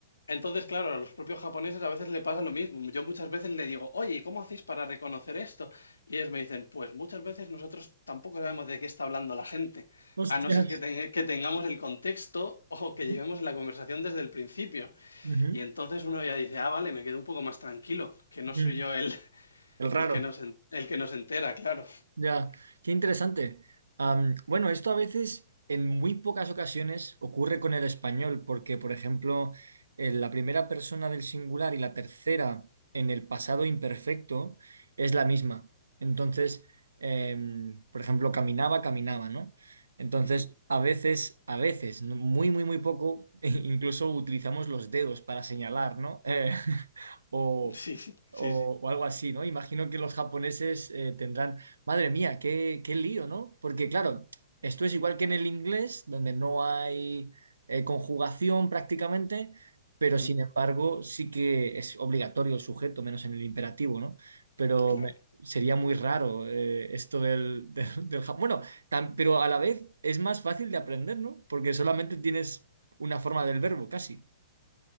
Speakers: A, on the left; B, on the right.
A: Entonces, claro, a los propios japoneses a veces le pasa lo mismo. Yo muchas veces le digo, oye, ¿y cómo hacéis para reconocer esto? Y ellos me dicen, pues muchas veces nosotros tampoco sabemos de qué está hablando la gente,
B: Hostias.
A: a no ser que, ten- que tengamos el contexto o que
B: Ujú,
A: llevemos la conversación desde el principio.
B: ujú,
A: Y entonces uno ya dice, ah, vale, me quedo un poco más tranquilo, que no
B: ujú.
A: soy yo el,
B: El raro.
A: el que nos, en- el que nos entera, claro.
B: Ya, qué interesante. Am, bueno, esto a veces, en muy pocas ocasiones, ocurre con el español, porque, por ejemplo, en la primera persona del singular y la tercera en el pasado imperfecto es la misma. Entonces, em, por ejemplo, caminaba, caminaba, ¿no? Entonces,
A: <laughs>
B: a veces, a veces, no- muy, muy, muy poco, <laughs> incluso utilizamos los dedos para señalar, ¿no? Eh, <laughs>
A: Ujú. Sí, sí,
B: o,
A: sí, sí.
B: o algo así, ¿no? Imagino que los japoneses eh, tendrán, madre mía, qué, qué lío, ¿no? Porque claro, esto es igual que en el inglés, donde no hay eh, conjugación prácticamente, pero
A: Ujú,
B: sin embargo sí que es obligatorio el sujeto, menos en el imperativo, ¿no? Pero
A: Claro.
B: me- sería muy raro eh, esto del, <laughs> del, del ja- Bueno, tam- pero a la vez es más fácil de aprender, ¿no? Porque solamente tienes una forma del verbo, casi.